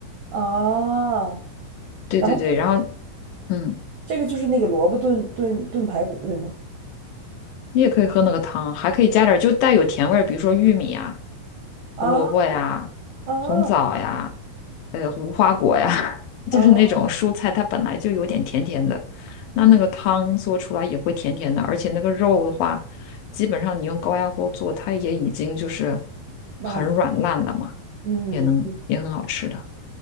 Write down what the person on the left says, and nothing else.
对对对，
然后嗯，
你也可以喝那个汤，还可以加点儿就带有甜味儿，比如说玉米啊、
胡萝卜呀、
红枣呀、呃无花果呀，<laughs>
就是那种蔬菜，它本来就有点甜甜的，那那个汤做出来也会甜甜的，而且那个肉的话，基本上你用高压锅做，它也已经就是
很软烂了嘛，
也能也很好吃的，